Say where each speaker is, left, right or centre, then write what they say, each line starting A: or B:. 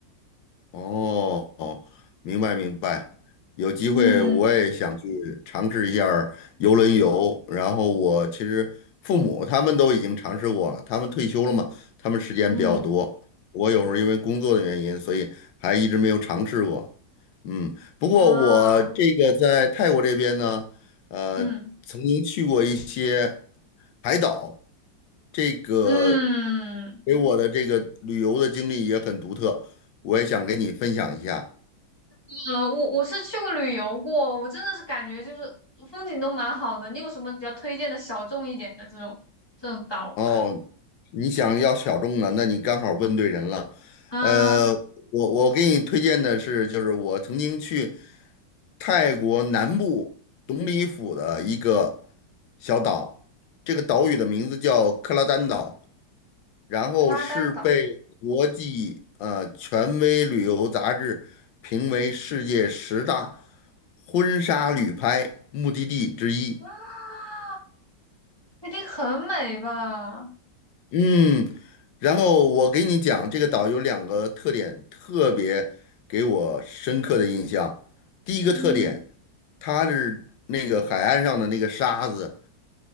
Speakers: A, on the left; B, on the left.
A: 哦哦，明白明白。有机会我也想去尝试一下儿游轮游。
B: 嗯
A: 然后我其实父母他们都已经尝试过了，他们退休了嘛，他们时间比较多。
B: 嗯
A: 我有时候因为工作的原因，所以还一直没有尝试过。嗯，不过我这个在泰国这边呢，
B: 啊
A: 呃，
B: 嗯
A: 曾经去过一些海岛，这个
B: 嗯
A: 给我的这个旅游的经历也很独特。我也想跟你分享一下
B: 嗯，我我是去过旅游过，我真的是感觉就是风景都蛮好的。你有什么比较推荐的小众一点的这种这种岛吗？
A: 哦。你想要小众的，那你刚好问对人了。
B: 嗯，
A: 呃，我我给你推荐的是，就是我曾经去泰国南部董里府的一个小岛，这个岛屿的名字叫克拉丹岛，然后是被国际呃权威旅游杂志评为世界十大
B: 拉丹岛
A: 婚纱旅拍目的地之一。
B: 啊，那一定很美吧？
A: 嗯，然后我给你讲，这个岛有两个特点，特别给我深刻的印象。第一个特点，
B: 嗯，
A: 它是那个海岸上的那个沙子，